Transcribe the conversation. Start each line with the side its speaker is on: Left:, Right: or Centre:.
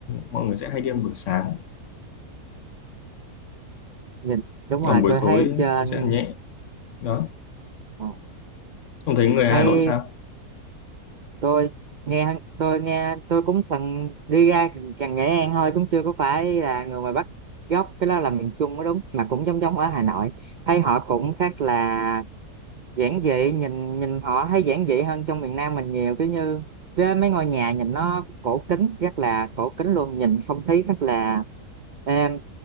Left: mọi người sẽ hay đi ăn buổi sáng
Right: nhìn đúng rồi
Left: còn buổi
Right: tôi
Left: tối
Right: thấy trên
Left: thì sẽ ăn nhẹ đó
Right: ờ,
Left: không thấy người Hà
Right: thấy
Left: Nội sao
Right: tôi nghe tôi nghe tôi cũng từng đi ra gần Nghệ An thôi cũng chưa có phải là người ngoài Bắc gốc cái đó là miền Trung mới đúng mà cũng giống giống ở Hà Nội thấy họ cũng khác là giản dị nhìn nhìn họ thấy giản dị hơn trong miền Nam mình nhiều cứ như cái mấy ngôi nhà nhìn nó cổ kính rất là cổ kính luôn nhìn không khí rất là êm